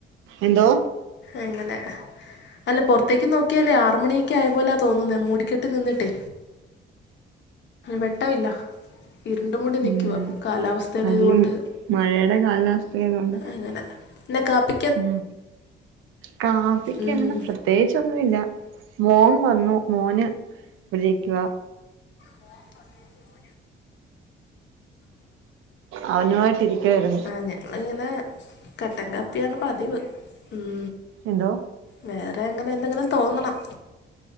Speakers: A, on the right; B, on the left.
A: എന്തോ?
B: അങ്ങനെ അല്ല പൊർത്തേക്ക് നോക്കിയാലേ ആറ് മണിയൊക്കെ ആയ പോലെയാ തോന്നുന്നേ മൂടിക്കെട്ട് നിന്നിട്ടേ വെട്ടവില്ല ഇരുണ്ടുമുടി നിക്കുവ
A: ഉം
B: കാലാവസ് സ്ഥേണെ
A: അതീ
B: കൊണ്ട്
A: മഴയുടെ കാലാവസ്ഥയായതുകൊണ്ട്
B: അങ്ങനെ പിന്നെ കാപ്പി
A: ഉം കാപ്പിക്ക്
B: ഉം
A: അങ്ങനെ പ്ര ത്യേകിച്ചൊന്നുല്ല മോൻ വന്നു മോന് ഇവിടിരിക്കുവ
B: മോൻ വന്നു മോന്
A: അവനുവായിട്ട് ഇരിക്കുവായിരുന്നു
B: ആഹ് ഞങ്ങളിങ്ങനെ കട്ടൻ കാപ്പിയാണ് പതിവ് ഉം
A: എന്തോ
B: വേറെ അങ്ങനെ എന്തെങ്കിലും തോന്നണം